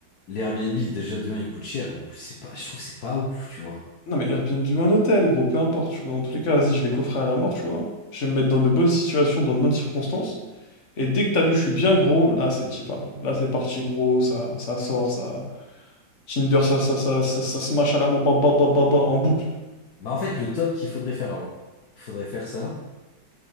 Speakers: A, on the left (about 65°); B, on the left (about 45°).
A: les Airbnb, déjà, de un, ils coûtent cher. Et en plus, c'est pas, je trouve que c'est pas ouf, tu vois.
B: Non, mais Airbnb ou un hôtel, gros, peu importe, tu vois. Dans tous les cas, vas-y, je vais coffrer à la mort, tu vois. Je vais me mettre dans de bonnes situations, dans de bonnes circonstances. Et dès que t'as vu, je suis bien gros, là, c'est t'y parles. Là, c'est parti, gros, ça, ça sort, ça. Tinder, ça, ça, ça, ça, ça smash à la mort, bah, bah, bah, bah, bah, en boucle.
A: Bah, en fait, le top qu'il faudrait faire, alors, il faudrait faire ça